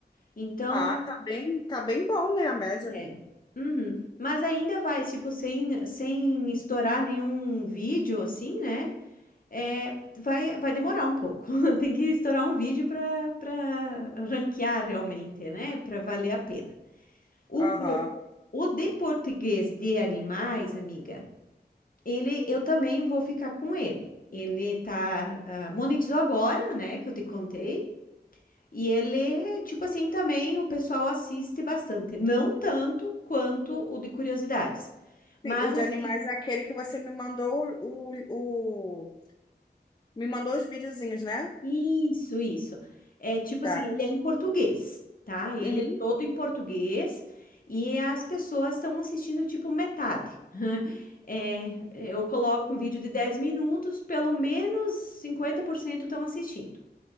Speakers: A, on the left; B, on the left.
A: Então,
B: Ah, tá bem, tá bem bom, né, a média.
A: É. Uhum. Mas ainda vai, tipo, sem, sem estourar nenhum vídeo, assim, né? É, vai, vai demorar um pouco. <laughs> Tem que estourar um vídeo para para ranquear realmente, né? Para valer a pena. O,
B: Aham.
A: pro- o de português de animais, amiga, ele eu também vou ficar com ele. Ele tá, ah, monetizou agora, né? Que eu te contei. E ele, tipo assim, também o pessoal assiste bastante. Não tanto quanto o de curiosidades. Mas
B: Sim, o de
A: assim,
B: animais é aquele que você me mandou o, o, o- me mandou os videozinhos, né?
A: isso, isso. É tipo
B: Tá.
A: assim, ele é em português, tá? Ele
B: Uhum.
A: é todo em português e as pessoas estão assistindo tipo metade. <laughs> É, eu coloco um vídeo de 10 minutos, pelo menos 50% estão assistindo.